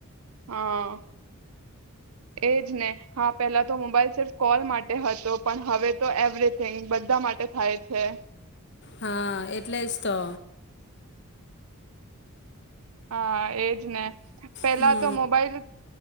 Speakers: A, on the right (about 75°); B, on the left (about 50°).
A: હા એજ ને, હા પેલા તો મોબાઈલ સિર્ફ કોલ માટે હતો, પણ હવે તો એવરીથીંગ બધા માટે થાય છે.
B: હા એટલે જ તો
A: હા! એજ ને પેલા
B: હમ,
A: તો મોબાઈલ